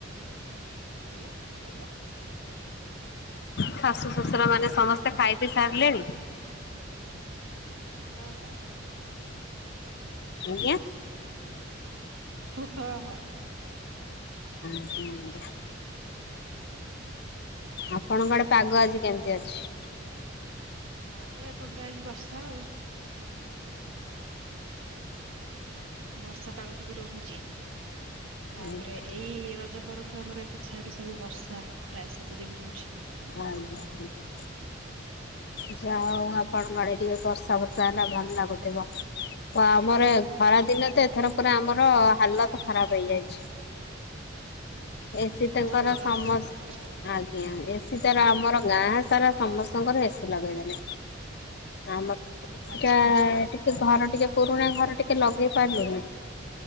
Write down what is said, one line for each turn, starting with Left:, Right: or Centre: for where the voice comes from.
Right: ଆଜ୍ଞା କଣ କହିଲ?
Left: ଶାଶୁ ଶ୍ୱଶୁର ମାନେ ସମସ୍ତେ ଖାଇ ପିଇ ସାରିଲେଣି?
Right: ହଁ ହଁ।
Left: ଆଜ୍ଞା।
Right: ହଁ ହଁ।
Left: ଆଜ୍ଞା ଆଜ୍ଞା। ଆପଣଙ୍କଆଡେ ପାଗ ଆଜି କେମିତି ଅଛି?
Right: ପାଗ ଏପଟେ ତ ଆଜି ବର୍ଷା ଆଉ। ବର୍ଷା ପାଗ ଟିକେ ରହୁଛି। ତାପରେ
Left: ଆଜ୍ଞା
Right: ଏଇ ରଜ ପରଠୁ ଆମର ଏପଟ ସାଇଟି ସବୁ ବର୍ଷ ପ୍ରାୟ ସବୁଦିନ ହଉଛି।
Left: ଆଜ୍ଞା ଆଜ୍ଞା। ଯାହା ହଉ ଆପଣଙ୍କର ଟିକେ ବର୍ଷା ଫର୍ଷା ହେଲା ଭଲ ଲାଗୁଥିବ? ତ ଆମର ଖରା ଦିନେ ତ ଏଥର ପୁରା ଆମର ହାଲତ ଖରାପ ହେଇଯାଇଛି। ଏସି ତାଙ୍କର
Right: ବହୁତ ଗରମ
Left: ସମସ୍ତ
Right: ହେଇଛି ବୋଧେ
Left: ଆଜ୍ଞା ଏ <unintelligible> ତାର ଆମର ଗାଁ ସାରା ସମସ୍ତଙ୍କର ଏସି ଲଗେଇ ଦେଲେ ଆମର ସେଟା
Right: ଆଚ୍ଛା ଆଚ୍ଛା
Left: ଟିକେ ଘର ଟିକେ ପୁରୁଣା ଘର ଟିକେ ଲଗେଇ ପାରିବୁନି।